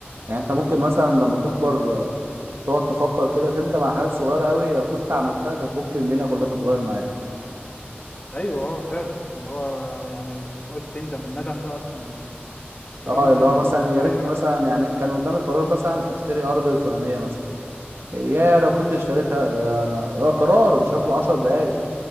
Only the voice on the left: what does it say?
ايوه اه فعلا اللي هو يعني بتقعد تندم الندم ده اصلا بالرغم
من
انه
صغير